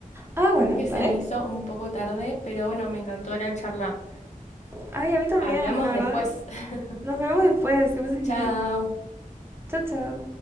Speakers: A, on the right (about 15°); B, on the left (about 55°).
A: Ah,
B: porque
A: bueno,
B: se
A: dale.
B: me hizo un poco tarde, pero bueno, me encantó la charla.
A: Ay, a mí también,
B: Hablamos
A: la verdad.
B: después. <laughs>
A: Nos vemos después, que pases bien.
B: Chao.
A: Chao, chao.